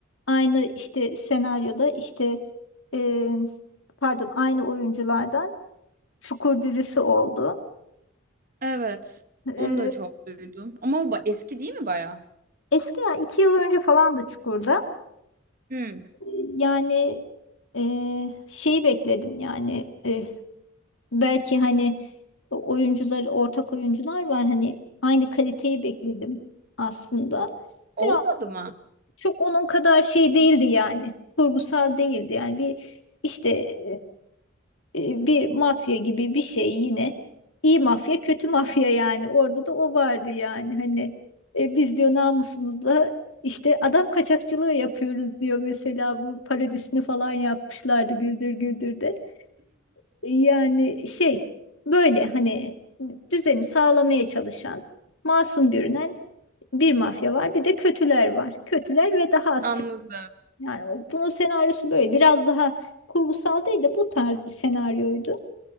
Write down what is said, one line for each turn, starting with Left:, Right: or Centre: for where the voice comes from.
Left: aynı işte senaryoda işte e, pardon aynı oyunculardan Çukur dizisi oldu.
Right: <laughs> evet.
Left: Ee,
Right: Onu da çok duydum. Ama bu ba- eski değil mi bayağı?
Left: eski ya iki yıl önce falan da Çukur'da.
Right: Hı.
Left: Ee, Yani e, şeyi bekledim yani e, belki hani oyuncular ortak oyuncular var hani aynı kaliteyi bekledim aslında.
Right: Olmadı
Left: Biraz
Right: mı?
Left: çok onun kadar şey değildi yani kurgusal değildi yani bir işte e, bir mafya gibi bir şey yine. iyi mafya, kötü <laughs> mafya yani. Orada da o vardı yani. Hani e, biz diyor namusumuzla işte adam kaçakçılığı yapıyoruz diyor mesela bu parodisini falan yapmışlardı Güldür Güldür'de. E, Yani şey böyle hani düzeni sağlamaya çalışan masum görünen bir mafya var bir de kötüler var. Kötüler ve daha az
Right: Anladım.
Left: kötü. Yani o- bunun senaryosu böyle biraz daha kurgusal değil de bu tarz bir senaryoydu.